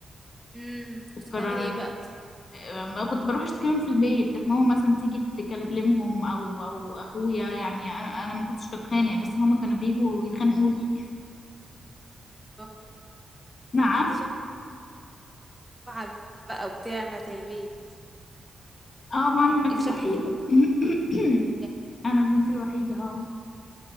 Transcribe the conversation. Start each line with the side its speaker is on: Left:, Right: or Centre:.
Centre: امم
Left: اتكررت
Centre: بتعملي ايه بقى
Left: آه، ما كنت بروح اشتكي لهم في البيت كانت ماما مثلا تيجي تكلمهم او او اخويا يعني انا أنا ما كنتش بتخانق بس هما كانوا بيجوا يتخانقوا لي
Centre: آه.
Left: <laughs> نعم
Centre: انتي شكلك لوعه بقى وبتاع بتاعت البيت
Left: اه ما انا البنت
Centre: انت
Left: الوحيدة
Centre: شكلك البنات
Left: <clears throat> <coughs>
Centre: وبتاع
Left: انا البنت الوحيدة اه